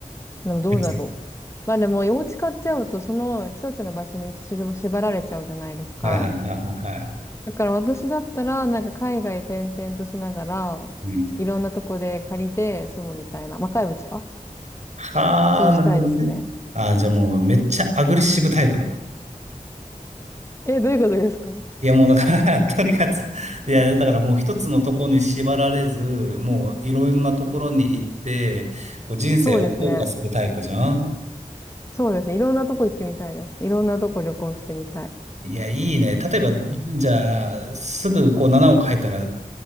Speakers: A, on the left (about 20°); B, on the right (about 60°).
A: でもどうだろう。
B: めっちゃ、
A: まあでも、お家買っちゃうと、その一つの場所に縛られちゃうじゃないですか。
B: はいはいはいはい。はい
A: だから私だったら、なんか海外転々としながら、
B: うん。
A: いろんなとこで借りて住むみたいな。若いうちは
B: はあ、
A: そうしたいですね。
B: なるほどね。ああ、じゃあもう、めっちゃアグレッシブタイプだ。
A: え、どういうことですか
B: いや、もうだから <laughs> とにかく、いや、だからもう一つのところに縛られず、もういろんなところに行って、こう人生を謳歌するタイプじゃん
A: そうですね。そうですね。いろんなとこ行ってみたいです。いろんなとこ旅行してみたい。
B: いや、いいね。例えば、じゃあ、すぐこう7億入ったら、